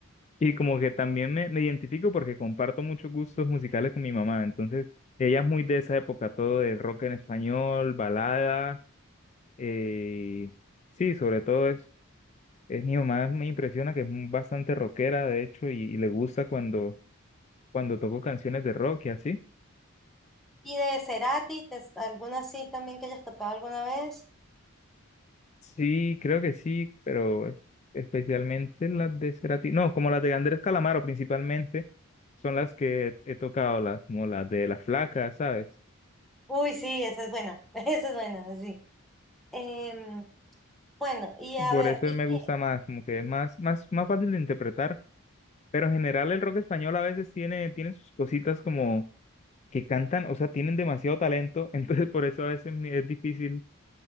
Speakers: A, on the left; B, in the centre.
A: Y como que también me, me identifico porque comparto muchos gustos musicales con mi mamá. Entonces, ella es muy de esa época, todo de rock en español, balada. eh, sí, sobre todo es, es mi mamá, me impresiona que es muy- bastante rockera, de hecho, y, y le gusta cuando, cuando toco canciones de rock y así.
B: Y de Cerati, te- alguna sí también que hayas tocado alguna vez.
A: Sí, creo que sí, pero es- especialmente las de Cerati. No, como las de Andrés Calamaro principalmente, son las que he tocado, las, como las de Las Flacas, ¿sabes?
B: Uy, sí, esa es buena, <laughs> esa es buena, sí. Em, Bueno, y a
A: Por
B: ver,
A: eso
B: y
A: él me
B: qué,
A: gusta más, como que es más, más, más fácil de interpretar. Pero en general el rock español a veces tiene, tiene sus cositas como que cantan, o sea, tienen demasiado talento, <laughs> entonces por eso a veces me- es difícil